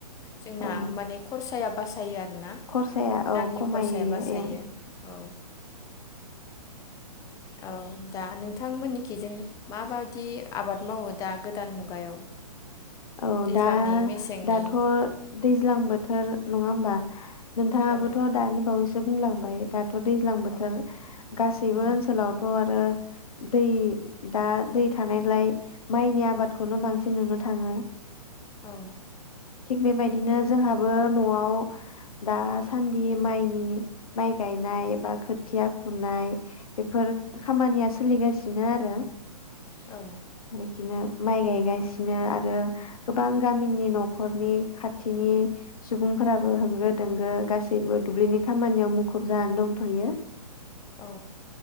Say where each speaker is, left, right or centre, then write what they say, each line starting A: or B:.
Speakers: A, on the left (about 15°); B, on the left (about 65°).
A: जोंना
B: औ?
A: माने खरसाया बासायो आरोना
B: खरसाया
A: रांनि
B: औ खमायो
A: खरसाया बासायो औ। औ दा नोंथांमोननिखि जों माबायदि आबाद मावो दा गोदान मुगायाव?
B: औ
A: दैज्लांनि
B: दा
A: मेसेंनि
B: दाथ दैज्लां बोथोर नङा होमबा? नोंथाङाबोथ
A: औ
B: दाानि बावैस बुंलांबाय दा दैज्लां बोथोर
A: औ
B: गासैबो
A: उम
B: ओनसोलावथ आरो। दै दा दै थानायलाय। माइनि आबादखौनो बांसिन नुनो ओ।
A: औ।
B: थिग बेबायदिनो जोंहाबो। नआव दा दासान्दि माइनि माइ गायनाय एबा खोथिया फुनाय बेफोर खामानिया सोलिगासिनो आरो।
A: औ
B: बिदिनो। माइ गायगासि नो आरो गोबां गामिनि नखरनि खाथिनि सुबुंफोराबो होंगो दोंगो गासैबो दुब्लिनि खामानियाव मुखुब जानानै दंथयो।
A: औ।